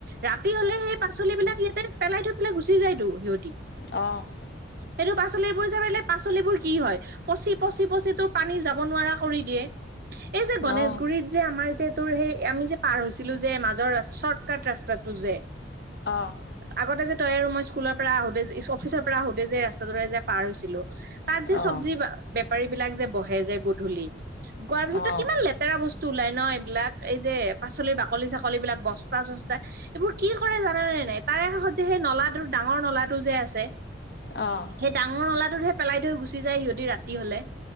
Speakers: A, on the right (about 55°); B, on the left (about 60°).
A: ৰাতি হলে সেই পাচলি বিলাক ইয়াতে পেলাই থৈ পেলাই গুচি যায়তো সিহঁতি
B: অ',
A: সেইটো পাচলিবোৰ জলালে পাচলিবোৰ কি হয়? পচি পচি পচি তোৰ পানী যাব নোৱাৰা কৰি দিয়ে। এই যে গণেশগুৰিত
B: অঁ
A: যে আমাৰ যে তোৰ সেই আমি যে পাৰ হৈছিলো যে মাজৰ চৰ্ট কট ৰাস্তাটো যে
B: অ'
A: আগতে যে তই আৰু মই স্কুলৰ পৰা আহোতে অফিচৰ পৰা আহোতে যে ৰাস্তাটোৰে যে পাৰ হৈছিলো। তাত যে
B: অঁ
A: চব্জি বেপাৰী বিলাক যে বহে যে গধূলি গোৱাৰ পিছতটো
B: অঁ
A: লেতেৰা বস্তু ওলাই ন এইবিলাক এই যে পাচলি বাকলি চাকলী বিলাক বস্তা চস্ এইবোৰ কি কৰে জানানে নাই তাৰে কাষত যে সেই নলা ডাঙৰ নলাটো যে আছে।
B: অ',
A: সেই ডাঙৰ নলাটোতহে পেলাই থৈ গুচি যায় সিহঁতি ৰাতি হলে